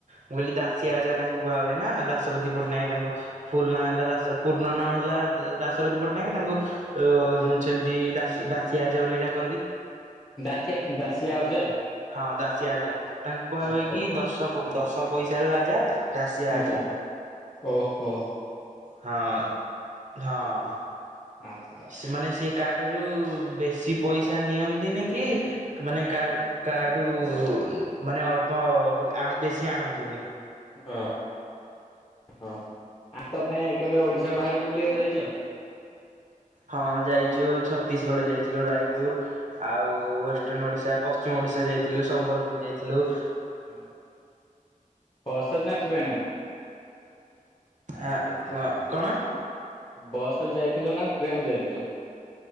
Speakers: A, on the right; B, on the left.
A: ମୁଁ କହିଲି ଦାଶୀଆ
B: ହଁ
A: ଯା ତାଙ୍କୁ କୁହା ହୁଏ ନା, ଦାସପତି ପଟ୍ଟନାୟକ ତାଙ୍କୁ ଫୁଲ ନାଁ ହେଲା ଦା ପୂର୍ଣ୍ଣ ନାଁ ହେଲା ଦାସରଥୀ। <unintelligible> ତାଙ୍କୁ ଅ ସେମିତି <unintelligible> କନ୍ତି
B: ଦାସିଆ ଦାସିଆ ଅଜା।
A: <unintelligible> ତାଙ୍କୁ କୁହା
B: ଓହୋ
A: ହୁଏ କି ଦଶ ପ ଦଶ ପଇସା ର ରାଜା। ଦାସିଆ
B: ଉଁ
A: ଆଜା
B: ହୁଁ ଓ ହୋ।
A: ହଁ ହଁ।
B: ଆଚ୍ଛା।
A: ସେ ମାନେ ସେ କାଠାରୁ ବେଶୀ ପଇସା ନିଅନ୍ତିନି କି ମାନେ <unintelligible> ବେଶୀ ଆଣନ୍ତିନି।
B: ଓ ହ ଆଉ ତମେ କେବେ ଓଡିଶା ବାହାରକୁ ବୁଲିବାକୁ ଯାଇଛ?
A: ହଁ ଯାଇଛୁ ଛତିଶଗଡ ଯାଇଥିଲୁ ରାୟପୁର। ଆଉ ୱେଷ୍ଟର୍ଣ ଓଡ଼ିଶା ପଶ୍ଚିମ ଓଡ଼ିଶା ଯାଇଥିଲୁ ସମ୍ବଲପୁର ଯାଇଥିଲୁ।
B: ହ ହ ହସ ନା ଟ୍ରେନର୍
A: ଆ ହଁ କଣ?
B: ବସ ରେ ଯାଇଥିଲ ନା ଟ୍ରେନ ର ଯାଇଥିଲ।